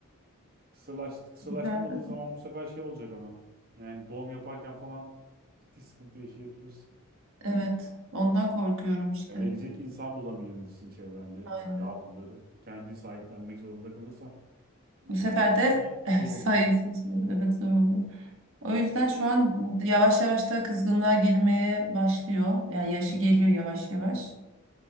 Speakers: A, on the right (about 45°); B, on the right (about 65°).
A: kısırlaştı kısırlaştırmadığın
B: Nerede?
A: zaman bu sefer şey olacak ama. Yani doğum yaparken falan ciddi sıkıntı yaşayabilirsin.
B: Evet. Ondan korkuyorum işte.
A: Ya verecek insan bulamayabilirsin çevrende
B: Aynen.
A: yavruları. Kendi sahiplenmek zorunda kalırsan bir
B: Bu sefer
A: beslemek
B: de <laughs>
A: zor
B: sayısı
A: olacak.
B: için, evet zor oluyor. O yüzden şu an yavaş yavaş da kızgınlığa girmeye başlıyor. Yani yaşı
A: Evet.
B: geliyor yavaş yavaş.